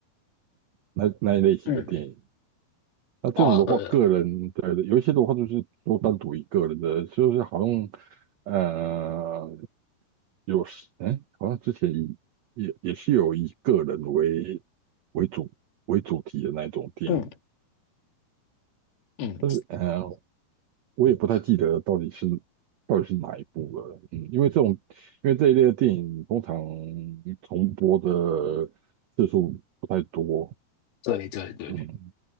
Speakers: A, on the right (about 80°); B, on the left (about 85°).
A: 那那一类型的电影。
B: 嗯，
A: 那这种的话，
B: 哦，对了，
A: 个人对，有一些的话，就是说单独一个人的，就是好像呃，有时哎，好像之前以也也是有以个人为为主为主题的那种电影，
B: 嗯嗯，
A: 但是呃，我也不太记得到底是到底是哪一部了，嗯，因为这种因为这一类的电影通常重播的次数不太多，
B: 对对对。
A: 嗯，